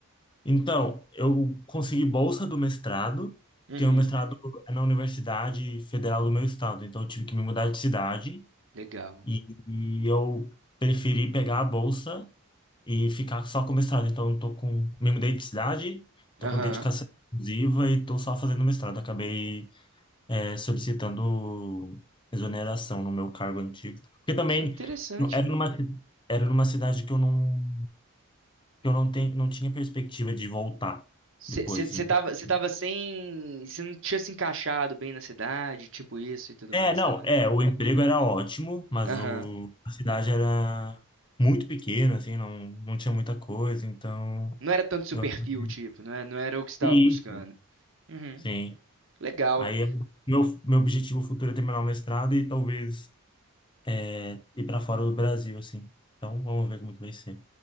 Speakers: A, on the left; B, on the right.
A: Então, eu consegui bolsa do mestrado,
B: Uhum.
A: porque o mestrado é na Universidade Federal do meu estado, então eu tive que me mudar de cidade
B: Legal.
A: e, e eu preferi pegar a bolsa e ficar só com o mestrado. Então, eu tô com, me mudei de cidade, tô
B: Aham.
A: com dedicação exclusiva e tô só fazendo mestrado. Acabei, é, solicitando exoneração no meu cargo antigo. Porque também
B: Que interessante,
A: era
B: velho.
A: numa, era numa cidade que eu não eu não tenho, não tinha perspectiva de voltar
B: Você
A: depois, então.
B: tava,
A: assim.
B: você tava sem. Você não tinha se encaixado bem na cidade, tipo isso e tudo
A: É,
B: mais,
A: não,
B: tava?
A: é, o emprego era ótimo, mas
B: Aham.
A: o, a cidade era muito pequena, assim, não, não tinha muita coisa, então
B: Não era tanto seu
A: eu
B: perfil,
A: acabei-
B: tipo, não é- não era o que você estava
A: Isso.
B: buscando. Uhum.
A: Sim.
B: Legal.
A: Aí eu- meu, meu objetivo futuro é terminar o mestrado e talvez é, ir para fora do Brasil, assim. Então vamos ver como é que vai ser.